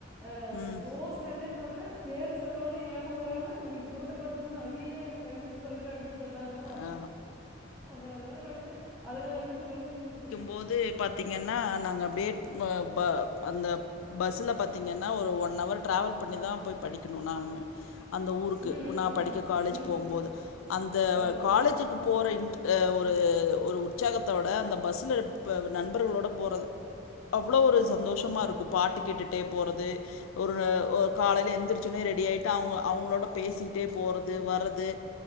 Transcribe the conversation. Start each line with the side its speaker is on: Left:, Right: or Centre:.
Centre: ஆ
Left: ம்
Centre: க்ளோஸ் ப்ரெண்டுனு சொல்றே பேரு சொன்னோனி ஞாபகம் வராம உனக்கு போட்டோ பாத்துட்டு ஐயய்யோ என் ப்ரெண்டு சொல்ற அப்டின்னு சொன்னாங்களா
Left: ஆ
Centre: அப்றம் அதெல்லாம் நெனைச்சு அதெல்லாம் நெனைச்சு நெனைச்ச
Left: போது பாத்தீங்கன்னா நாங்க அப்டியே ப ப அந்த பஸ்ல பாத்தீங்கன்னா ஒரு ஒன் ஹவர் ட்ராவல் பண்ணிதான் போய் படிக்கணும் நானு அந்த ஊருக்கு
Centre: ம் ம்
Left: நான்
Centre: ம்
Left: படிக்க காலேஜ்
Centre: ம்
Left: போகும்போது அந்த
Centre: ஓகே
Left: காலேஜுக்கு போற இன் ஒரு ஒரு உற்சாகத்தோட அந்த பஸ்ஸில இருப்ப நண்பர்களோட போறே
Centre: <inaudible>
Left: அவ்ளோ ஒரு சந்தோஷமா
Centre: ஆம்
Left: இருக்கும் பாட்டு கேட்டுட்டே போகிறது ஒரு னகாலைலப் நப எழுந்திரிச்சு ரெடி ஆகிட்டு அவங்க அவங்களோட பேசிட்டே போறது வர்றது